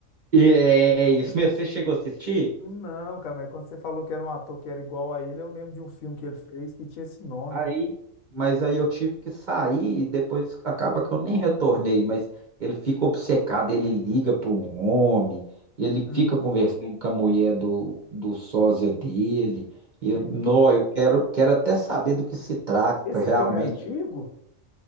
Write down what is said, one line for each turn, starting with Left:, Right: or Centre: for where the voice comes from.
Right: É, isso mesmo. Você chegou a assistir?
Left: Não, cara, mas quando você falou que era um ator que era igual a ele, eu lembro de um filme que ele fez que tinha esse nome.
Right: Aí, mas aí eu tive que sair e depois acaba que eu nem retornei, mas ele fica obcecado, ele liga para um homem, ele
Left: Hum,
Right: fica conversando com a mulher do, do sósia dele. Eu,
Left: que-
Right: não, eu quero, quero até saber do que se trata
Left: Esse
Right: realmente.
Left: filme é antigo?